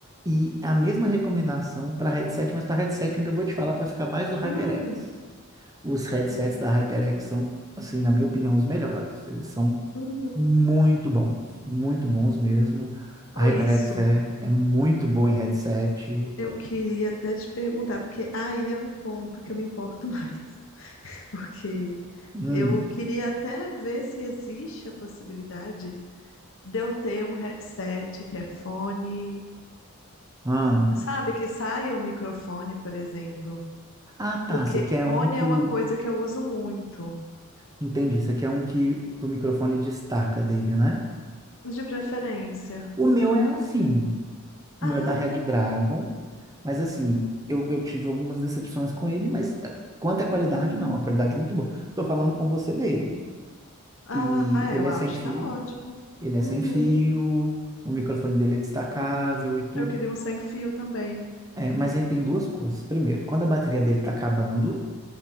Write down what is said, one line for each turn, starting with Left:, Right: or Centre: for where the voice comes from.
Right: E a mesma recomendação para headset, mas para headset ainda vou te falar para ficar mais do HyperX.
Left: Hum.
Right: Os headsets
Left: Ai,
Right: da HyperX são, assim, na minha opinião, os melhores. Eles são
Left: Uhum.
Right: muito bons, muito bons mesmo. A
Left: Ou
Right: HyperX
Left: isso.
Right: é, é muito boa em headset.
Left: Eu queria até te perguntar, porque aí é um ponto que eu me importo mais. <laughs> Porque
Right: Hum,
Left: eu queria até ver se existe a possibilidade de eu ter um headset que é fone,
Right: ah.
Left: sabe? Que saia o microfone, por exemplo.
Right: Ah,
Left: Porque
Right: tá. Você quer
Left: fone
Right: um que
Left: é uma
Right: o.
Left: coisa que eu uso muito,
Right: Entendi. Você quer um que, que o microfone destaca dele, né?
Left: de preferência.
Right: O
Left: Uhum.
Right: meu é assim. O
Left: Ah,
Right: meu é da Red Dragon. Mas assim, eu, eu tive algumas decepções com ele, mas eh, quanto à qualidade,
Left: hum.
Right: não. A qualidade é muito boa. Tô falando com você dele.
Left: Ah,
Right: E
Left: ah, é,
Right: ele
Left: o áudio
Right: é sem fio,
Left: tá ótimo.
Right: ele é
Left: Uhum.
Right: sem fio, o microfone dele é destacável
Left: Hum.
Right: e tudo.
Left: Eu queria um sem fio também.
Right: É, mas ele tem duas coisas. Primeiro, quando a bateria dele tá acabando,